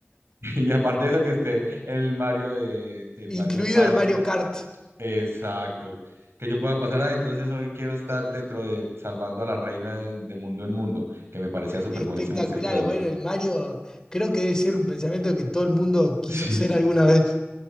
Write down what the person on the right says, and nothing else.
<laughs> y aparte de eso que esté el Mario de, el
Mario Party
Exacto. Que yo pueda pasar, ah, entonces hoy quiero estar dentro de Salvando a la Reina de, de Mundo en Mundo, que me parecía súper
buenísimo ese juego.
<laughs>